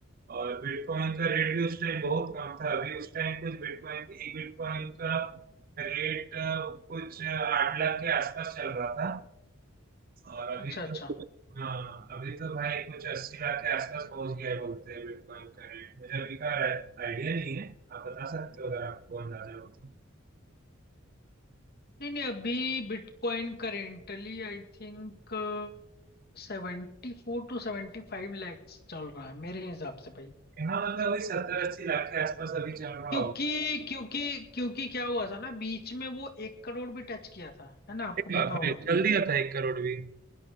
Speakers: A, on the right; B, on the left.
A: और बिटकॉइन का रेट भी उस टाइम बहुत कम था अभी उस टाइम कुछ बिटकॉइन एक बिटकॉइन का रेट कुछ आठ लाख के आसपास चल रहा था और अभी
B: अच्छा अच्छा
A: तो हाँ अभी तो भाई कुछ अस्सी लाख के आसपास पहुंच गया है बोलते हैं बिटकॉइन का रेट मुझे अभी का आइडिया नहीं है आप बता सकते हो अगर आपको अंदाजा हो तो
B: नहीं नहीं अभी bitcoin currently I think सेवेंटी फोर टू सेवेंटी फाइव लैक्स चल रहा है मेरे हिसाब से भाई
A: हाँ मतलब वही सत्तर अस्सी लाख के आसपास अभी चल रहा
B: क्योंकि
A: होगा
B: क्योंकि क्योंकि क्या हुआ था ना बीच में वो एक करोड़ भी टच किया था है ना आपको
A: अरे बाप
B: पता होगा
A: रे
B: तो
A: जल्दी दिया था एक करोड़ भी